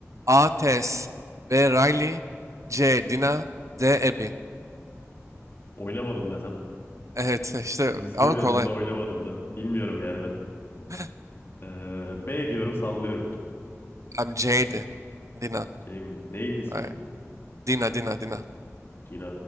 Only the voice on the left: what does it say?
Oynamadım desem.
İzlemedim
de oynamadım da. Bilmiyorum yani ben.
Ee, B diyorum sallıyorum.
<laughs> Jamie. Neydi ismi?
Tina